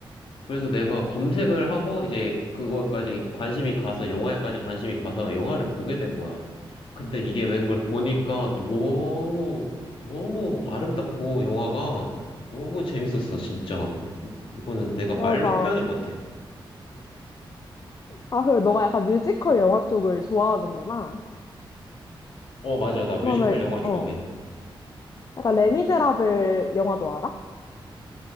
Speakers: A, on the left; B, on the left.
A: 그래서 내가 검색을 하고 이제 그거까지 관심이 가서 영화에까지 관심이 가서 영화를 보게 된 거야. 근데 이게 웬걸 보니까 너무 너무 아름답고 영화가 너무 재밌었어, 진짜. 이거는 내가
B: 맞아.
A: 말로 표현을 못해.
B: 아, 그리고 너가 약간 뮤지컬 영화 쪽을 좋아하는구나.
A: 어, 맞아. 나 뮤지컬
B: 그러면,
A: 영화 좋아해.
B: 어. 약간 레미제라블 영화도 알아?